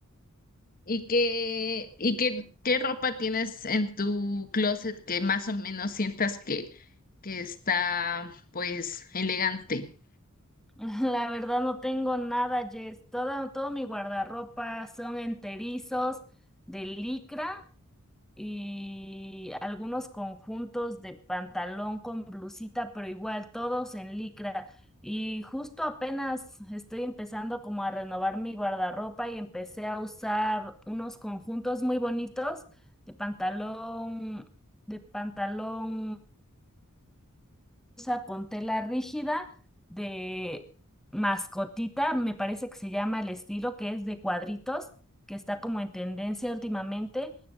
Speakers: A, on the left (about 40°); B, in the centre.
A: ¿Y qué, y qué, qué ropa tienes en tu closet que más o menos sientas que, que está, pues, elegante?
B: <laughs> La verdad no tengo nada, Jess. Todo, todo mi guardarropa son enterizos de licra y algunos conjuntos de pantalón con blusita, pero igual todos en licra. Y justo apenas estoy empezando como a renovar mi guardarropa y empecé a usar unos conjuntos muy bonitos de pantalón, de pantalón usa con tela rígida de mascotita, me parece que se llama el estilo, que es de cuadritos, que está como en tendencia últimamente,